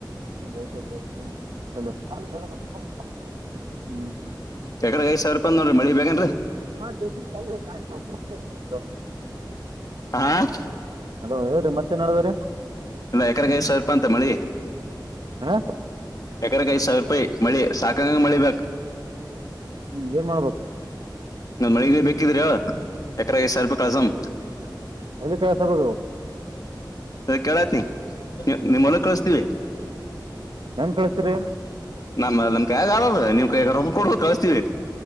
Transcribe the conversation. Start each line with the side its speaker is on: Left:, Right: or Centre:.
Right: ಎ್ತ
Left: ಯಕಡೆ ಐದು ಸಾವಿರ ರೂಪ ನೋಡ್ರಿ ಮಳಿ ಬೇಕೇನ್ರರಿ
Right: ಹಾ ದಿ ಕಲ್ ಸಾ ಪಚ ರಪ
Left: ಹಾ
Right: ಅಲೋ ಹೇಳ್ರಿ ಮತ್ತೇನ್ಡದ್ರೀ
Left: ಇಲ್ಲ ಎಕರೆಗೈ ಸಾವಿ ರೂಪ ಅಂತ ಮಳಿ
Right: ಹಾ
Left: ಎಕಡಕ್ಕ ಐದು ಸಾವಿರ ರೂಪಾಯಿ ಮಳಿ ಸಾಕಂಗ ಮಳಿ ಬಕ್
Right: ಹ್ಮ್ ಏನ್ ಮಾಡ್ಬೇಕು
Left: ನಾ ಮಳಿಗೆ ಬೇಕಿದ್ರಿ ಎಕರೆಗೆ ಸಾವಿರ ರೂಪಾಯಿ ಕಳಸಂ
Right: ಎಲ್ಲಿ ಕಳ್ಸಬೇಕು
Left: ಅದ ಕೇಳೈತಿನ ನಿಮ್ಮಲ್ಲ ಕಳಸ್ತೀವಿ
Right: ನನ್ ಕಳ್ಸ್ರರಿ
Left: ನಮ್ಮ್ ನಮ್ ಕೈ್ಯಾಗ ಆಗಬದ ನೀವ್ ಕೈಗ ರೋಗ ಕೊಡ್ಬೇಕ ಕಳಿಸತೀವಿ